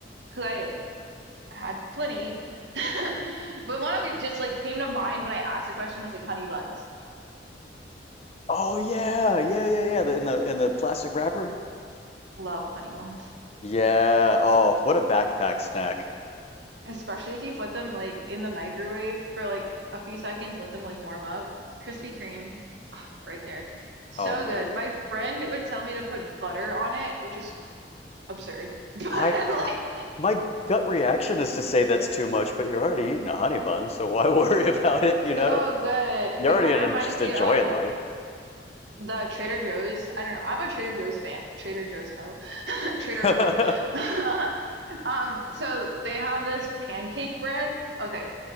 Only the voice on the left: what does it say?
Oh yeah, yeah, yeah, yeah. The, in the in the plastic wrapper.
Yeah. Oh, what a backpack snack.
Oh man.
I
my gut reaction is to say that's too much, but you're already eating a honey bun, so why <laughs> worry about it,
you know?
You're
already
gonna
just
enjoying
life.
<laughs>